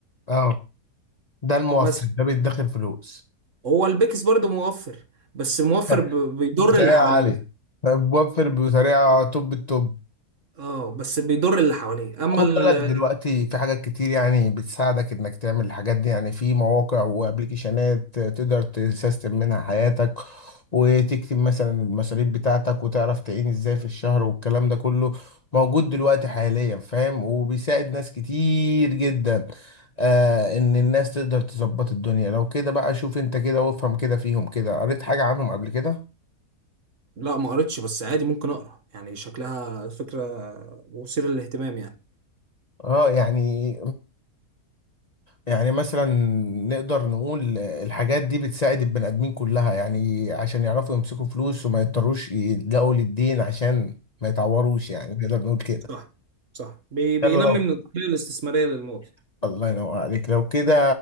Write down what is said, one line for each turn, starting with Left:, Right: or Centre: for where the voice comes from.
Left: اه ده الموفر
Right: مثلا
Left: ده بيدخر فلوس
Right: هو البيكس برضه موفر بس موفر
Left: <laughs>
Right: ب- بيضر
Left: بطريقه
Right: اللي حواليه
Left: عاليه موفر بطريقه توب التوب
Right: اه بس بيضر اللي حواليه اما
Left: خد
Right: ال...
Left: بالك دلوقتي في حاجات كتير يعني بتساعدك انك تعمل الحاجات دي يعني في مواقع وابلكيشنات تقدر تسيستم منها حياتك وتكتب مثلا المصاريف بتاعتك وتعرف تعين ازاي في الشهر والكلام ده كله موجود دلوقتي حاليا فاهم وبيساعد ناس كتير جدا آه ان الناس تقدر تظبط الدنيا لو كده بقى شوف انت كده وافهم كده فيهم كده قريت حاجة عنهم قبل كده
Right: لا ما قريتش بس عادي ممكن اقرا يعني شكلها فكره مثيره للاهتمام يعني
Left: اه يعني يعني مثلا نقدر نقول الحاجات دي بتساعد البني ادمين كلها يعني عشان يعرفوا يمسكوا فلوس وما يضطروش يلجأوا للدين عشان ما يتعوروش يعني نقدر نقول كده
Right: صح صح بي- بينمي
Left: يلا لو
Right: من العقلية الاستثمارية للمواطن
Left: <laughs> الله ينور عليك لو كده